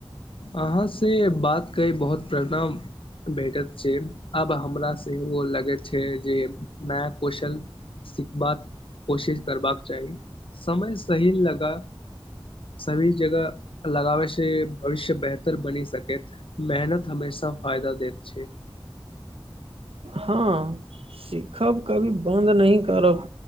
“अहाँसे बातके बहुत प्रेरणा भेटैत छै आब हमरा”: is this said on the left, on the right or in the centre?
Left